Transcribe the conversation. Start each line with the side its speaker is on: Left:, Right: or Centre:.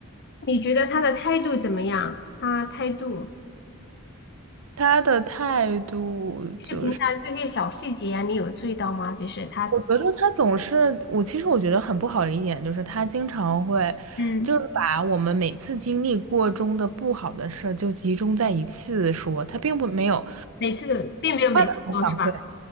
Left: 你觉得他的态度怎么样？他态度
Right: 他的态度。
Left: 就是平常这些小细节啊，
Right: 就是。
Left: 你有注意到吗？就是他，
Right: 我觉得他总是，我其实我觉得很不好的一点就是他经常会，
Left: 嗯，
Right: 就是把我们每次经历过中的不好的事儿就集中在一次说，他并不没有
Left: 每次都并没有每次说，
Right: 换一种反馈，
Left: 是吧？